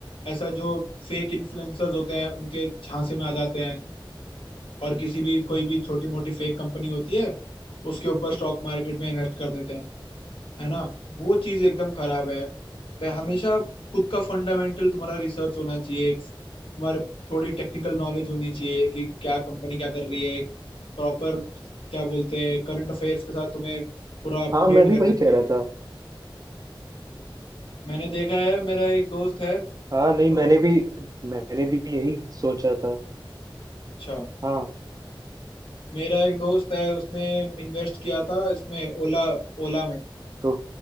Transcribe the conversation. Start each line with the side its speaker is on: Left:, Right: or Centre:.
Left: ऐसा जो फेक इन्फ्लुएंसर्स होते हैं उनके झांसे में आ जाते हैं और किसी भी कोई भी छोटी मोटी फेक कंपनी होती है उसके ऊपर स्टॉक मार्केट में इन्वेस्ट कर देते हैं है ना वो चीज एकदम खराब है पे हमेशा खुद का फंडामेंटल तुम्हारा रिसर्च होना चाहिए एक तुम्हारे थोड़ी टेक्निकल नॉलेज होनी चाहिए कि क्या कंपनी क्या कर रही है प्रॉपर क्या बोलते हैं करंट अफेयर्स के साथ तुम्हें पूरा अप
Right: हाँ
Left: टू डेट
Right: मैं भी
Left: रहना
Right: वही
Left: चाहिए
Right: कह रहा था
Left: मैंने देखा है मेरा एक दोस्त है
Right: हाँ
Left: तो
Right: नहीं मैंने भी मैंने भी यही सोचा था
Left: अच्छा
Right: हाँ
Left: मेरा एक दोस्त है उसने इन्वेस्ट किया था इसमें ओला ओला में
Right: तो